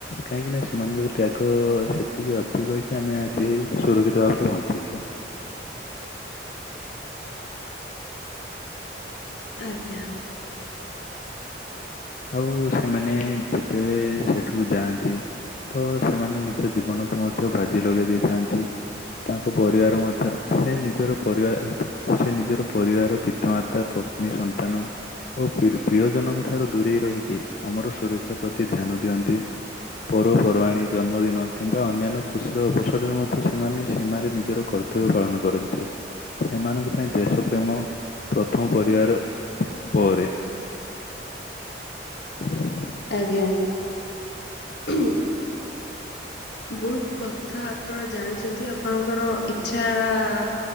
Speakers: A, on the left; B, on the left.
A: କାହିଁକି ନା ସେମାନଙ୍କର ତ୍ୟାଗ ସେତିକି ଅଛି କହିକି ଆମେ ଆଜି ସୁରକ୍ଷିତ ଭାବରେ ବଞ୍ଚିଛେ।
B: ଆଜ୍ଞା।
A: ଆଉ ସେମାନେ ଯେତେବେଳେ ସେଠକୁ ଯାଆନ୍ତି ତ ସେମାନେ ନିଜ ଜୀବନକୁ ମଧ୍ୟ ବାଜି ଲଗେଇ ଦେଇଥାନ୍ତି। ତାଙ୍କ ପରିବାର ମଧ୍ୟ ସେ ନିଜର ପରିବାର ସେ ନିଜର ପରିବାର ପିତାମାତା ପ ନିସନ୍ତାନ ଓ ପିରୁ ପ୍ରିୟଜନଙ୍କ ଠାରୁ ଦୂରେଇ ରହିକି ଆମର ସୁରକ୍ଷା ପ୍ରତି ଧ୍ୟାନ ଦିଅନ୍ତି। ପରପର୍ବାଣୀ ଜନ୍ମଦିନ କିମ୍ବା ଅନ୍ୟାନ୍ୟ ଖୁସିର ଅବସରରେ ମଧ୍ୟ ସେମାନେ ସୀମାରେ ନିଜର କର ତବ୍ଯ ପାଳନ କରନ୍ତି ସେମାନଙ୍କ ପାଇଁ ଦେଶ ପ୍ରେମ ପ୍ରଥମ ପରିବାର ପରେ <inaudible>
B: ଆଜ୍ଞା। ଉଁ ବହୁତ କଥା ଆପଣ ଜାଣିଛନ୍ତି ଆପଣଙ୍କର ଇଚ୍ଛା ଆ